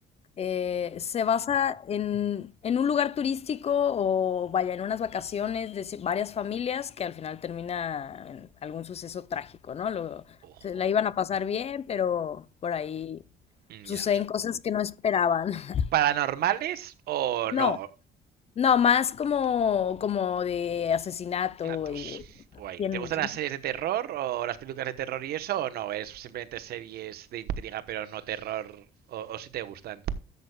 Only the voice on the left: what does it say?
eh, se basa en, en un lugar turístico o vaya en unas vacaciones de ci- varias familias que al final termina en algún suceso trágico, ¿no? Lo-
se la iban a pasar bien, pero por ahí
suceden
cosas que no esperaban. <laughs>
No, no, más como, como de asesinato
y de...
¿Quién,
quién?